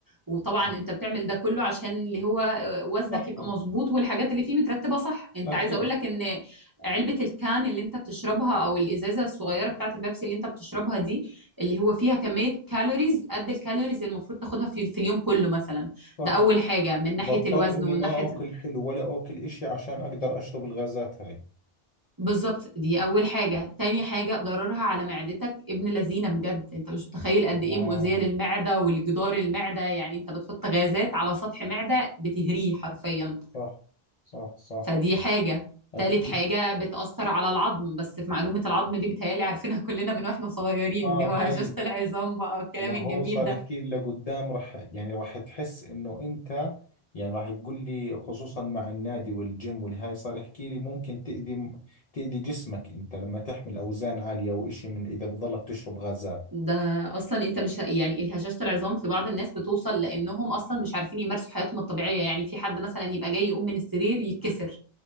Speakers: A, on the right (about 25°); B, on the left (about 50°).
A: وطبعا
B: آه،
A: انت بتعمل ده كله عشان اللي هو وزنك
B: صحتي
A: يبقى مظبوط والحاجات اللي فيه مترتبة صح انت
B: أكيد
A: عايزة اقول لك ان علبة الكان اللي انت بتشربها او الازازة الصغيرة بتاعت البيبسي اللي انت بتشربها دي اللي هو فيها كمية كالوريز قد الكالوريز اللي المفروض تاخدها في في اليوم كله مثلا
B: صح
A: ده أول حاجة من
B: وبضطر
A: ناحية الوزن
B: اني
A: ومن
B: ما
A: ناحية
B: اكل حلو ولا اكل اشي عشان اقدر اشرب الغازات هاي
A: بالظبط دي اول حاجه تاني حاجه ضررها على معدتك ابن لذينه بجد انت مش متخيل قد
B: اه
A: ايه مؤذيه للمعده والجدار المعده يعني انت بتحط غازات على سطح معده بتهريه حرفيا
B: صح صح صح
A: فدي حاجه
B: اكيد
A: تالت حاجه بتاثر على العظم بس في معلومه العظم دي بتهيالي عارفينها كلنا من واحنا صغيرين
B: اه
A: اللي هو هشاشه
B: هاي
A: العظام بقى والكلام
B: ما
A: الجميل
B: هو صار
A: ده
B: يحكي لي لقدام رح يعني رح تحس انه انت يعني راح يقول لي خصوصا مع النادي والجيم والهاي صار يحكي لي ممكن تأذي تأذي جسمك انت لما تحمل اوزان عالية واشي من اذا بتضلك تشرب غازات
A: ده اصلا انت مش ه- يعني الهشاشه العظام في بعض الناس بتوصل لانهم اصلا مش عارفين يمارسوا حياتهم الطبيعيه يعني في حد مثلا يبقى جاي يقوم من السرير يتكسر